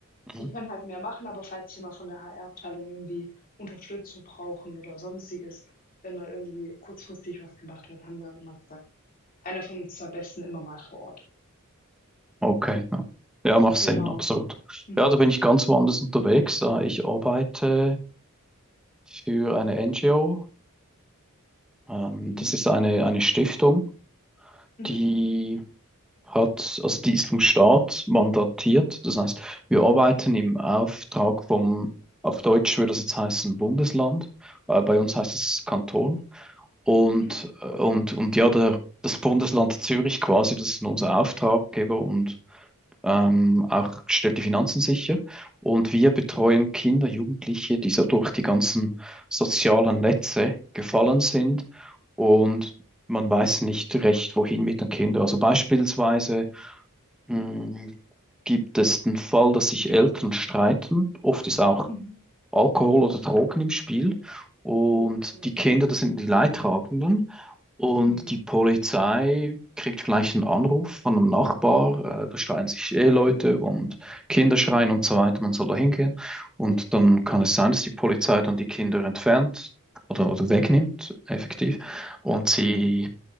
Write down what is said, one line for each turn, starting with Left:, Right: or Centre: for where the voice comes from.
Centre: Mhm.
Left: Die können halt mehr machen, aber falls sie mal von der HR-Abteilung irgendwie Unterstützung brauchen oder Sonstiges, wenn mal irgendwie kurzfristig was gemacht wird, haben wir immer gesagt, einer von uns zwei Besten immer mal vor Ort.
Centre: Okay. Ja. Ja, macht Sinn,
Left: Genau.
Centre: absolut.
Left: Mhm.
Centre: Ja, da bin ich ganz woanders unterwegs. Äh, Ich arbeite für eine NGO Ähm,
Left: Mhm.
Centre: das ist eine, eine Stiftung,
Left: Mhm.
Centre: die hat, also die ist vom Staat mandatiert. Das heißt, wir arbeiten im Auftrag vom, auf Deutsch würde das jetzt heißen Bundesland, äh, bei uns heißt es Kanton. Und,
Left: Mhm.
Centre: äh, und, und ja, der, das Bundesland Zürich quasi, das ist unser Auftraggeber und ähm, auch stellt die Finanzen sicher. Und wir betreuen Kinder, Jugendliche, die so durch die ganzen sozialen Netze gefallen sind und man weiß nicht recht, wohin mit den Kindern. Also beispielsweise mh, gibt es den Fall, dass sich Eltern streiten. Oft ist auch
Left: Mhm.
Centre: Alkohol oder Drogen im Spiel. Und
Left: Oh, okay.
Centre: die Kinder, das sind die Leidtragenden. Und
Left: Mhm.
Centre: die Polizei kriegt vielleicht einen Anruf von einem Nachbar, äh, da schreien sich Eheleute und Kinder schreien und so weiter, man soll da hingehen. Und dann kann es sein, dass die Polizei dann die Kinder entfernt oder, oder wegnimmt, effektiv, und sie
Left: Mhm.